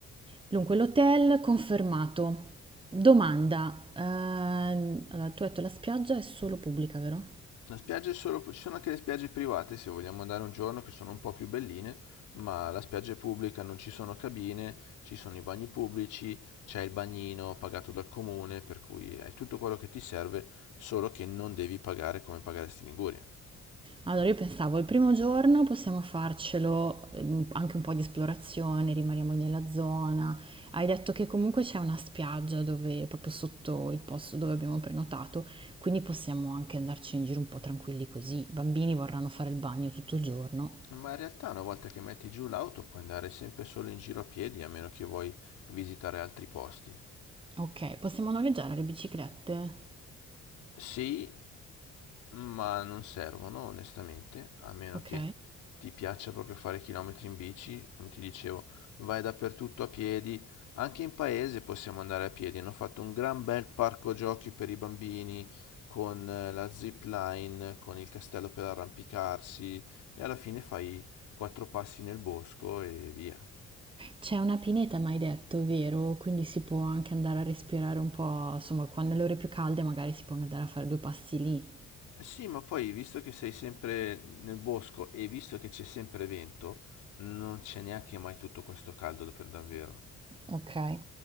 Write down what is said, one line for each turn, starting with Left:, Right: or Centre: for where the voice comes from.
Right: Dunque, l'hotel confermato. Domanda, ehm, allora, tu hai detto la spiaggia è solo pubblica, vero?
Left: La spiaggia è solo... ci sono anche le spiagge private se vogliamo andare un giorno che sono un po' più belline, ma la spiaggia è pubblica, non ci sono cabine, ci sono i bagni pubblici, c'è il bagnino pagato dal comune, per cui hai tutto quello che ti serve, solo che non devi pagare come pagaresti in Liguria.
Right: Allora io pensavo il primo giorno possiamo farcelo, ehm, anche un po' di esplorazione, rimaniamo nella zona. Hai detto che comunque c'è una spiaggia dove, proprio sotto il posto dove abbiamo prenotato, quindi possiamo anche andarci in giro un po' tranquilli così. I bambini vorranno fare il bagno tutto il giorno.
Left: Ma in realtà una volta che metti giù l'auto puoi andare sempre solo in giro a piedi, a meno che vuoi visitare altri posti.
Right: Ok, possiamo noleggiare le biciclette?
Left: Sì, Ma non servono, onestamente, a meno
Right: Ok.
Left: che ti piaccia proprio fare chilometri in bici. Come ti dicevo, vai dappertutto a piedi. Anche in paese possiamo andare a piedi. Hanno fatto un gran bel parco giochi per i bambini con eh, la zip line, con il castello per arrampicarsi e alla fine fai quattro passi nel bosco e via.
Right: C'è una pineta, mi hai detto, vero? Quindi si può anche andare a respirare un po', insomma, quando le ore più calde magari si può andare a fare due passi lì.
Left: Sì, ma poi visto che sei sempre nel bosco e visto che c'è sempre vento, non c'è neanche mai tutto questo caldo per davvero.
Right: Okay.